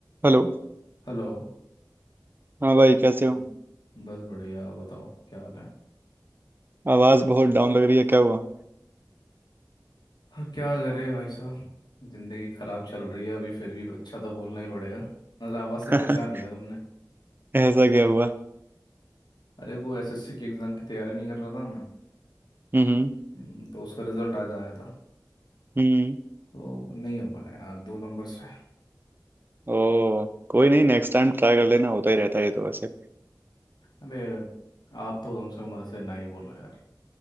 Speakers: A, on the right; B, on the left.
A: Hello
B: Hello
A: हाँ भाई कैसे हो
B: हम्म, बस बढ़िया बताओ क्या हाल है
A: आवाज बहुत डाउन लग रही है क्या हुआ
B: हाँ, क्या करे भाई साहब जिंदगी खराब चल रही है अभी फिर भी अच्छा तो बोलना ही पड़ेगा अरे आवाज़ से
A: <laughs>
B: पहचान लिया तुमने
A: ऐसा क्या हुआ
B: अरे वो एसएससी की एग्ज़ाम की तैयारी नहीं कर रहा था मैं
A: हम्म
B: हम्म, तो उसका रिजल्ट आज आया था
A: हम्म
B: तो नहीं हो पाया यार दो नंबर से
A: ओ कोई नहीं नेक्स्ट टाइम ट्राई कर लेना होता ही रहता है ये तो वैसे भी।
B: अरे आप तो कम से कम मदद से ना ही बोलो यार